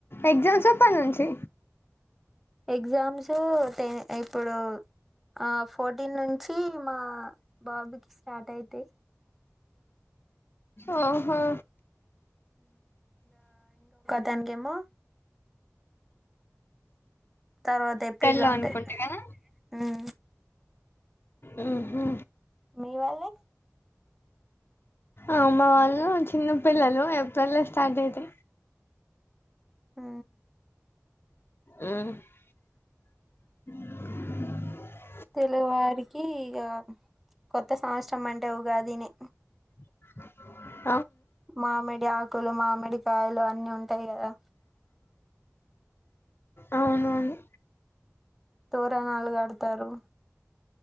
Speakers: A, on the left; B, in the centre.
A: ఎగ్జామ్ ఎప్పటి నుంచి
B: ఎగ్జామ్స్ టే ఇప్పుడు ఆ ఫోర్టీన్ నుంచి మా బాబుకి స్టార్ట్ అయితాయి.
A: ఓహో
B: తనకేమో తర్వాత ఏప్రిల్
A: లో
B: ఉంటాయి
A: అనుకుంటా కదా
B: ఊ
A: ఉ హా
B: మీ వాళ్ళ
A: ఆ మా వాళ్ళు చిన్నపిల్లలు ఏప్రిల్లో స్టార్ట్ అయితాయి
B: ఉ
A: ఉ
B: తెలుగువారికి ఇక కొత్త సంవత్సరం అంటే ఉగాదినే
A: రిపేర్ సౌండ్
B: మామిడి ఆకులు మామిడి కాయలు అన్ని ఉంటాయి కదా
A: అవునవును
B: తోరనాలుగడతారు